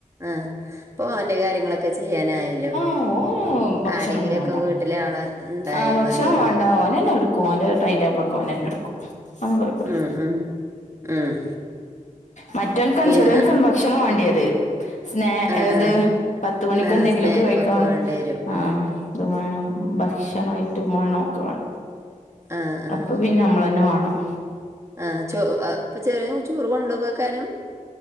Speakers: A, on the right; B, on the left.
A: ആഹ് അപ്പൊ അവന്റെ കാര്യങ്ങളൊക്കെ ചെയ്യാനായല്ലോ.
B: ഓന ഭക്ഷണം
A: ആരെങ്കിലുമൊക്കെ
B: ഒന്നും വേണ്ട
A: വീട്ടിലെ ആള് ഉണ്ടായാൽ
B: ആഹ് ഭക്ഷണം
A: മതിയല്ലോ
B: വേണ്ട ഓനന് എടുക്ക ഓന്റെ ടൈം ടേബിൾ ഒക്കെ ഓന് ന്നെ എടുക്കും അും കുഴപ്പില്ല
A: ഉം ഉം ഉം
B: മറ്റവൻകൻ
A: പിന്നെ
B: ചെറിയ ഒക്കൻ ഭക്ഷണം വേണ്ടിയത് സ്ന
A: ആഹ്
B: ഹ് ഏത്
A: ആഹ്
B: പത്ത് മണിക്ക്
A: ആഹ്
B: എന്തെങ്കിലുമൊക്കെ
A: സ്നേക്കൊക്കെ
B: കഴിക്കണം
A: വേണ്ടി വരും
B: ആഹ്
A: ഉം ഉം
B: അത് വേണം ഭക്ഷണായിട്ട് വേണം ഒക്കെ വേണം
A: ആഹ് ആഹ്
B: അപ്പൊ പിന്നെ നമ്മള തന്നെ വേണം
A: ആഹ് ചോ എഹ് ആഹ് ഇപ്പൊ ചെറിയ ചോറ് കൊണ്ടുപോയി <unintelligible>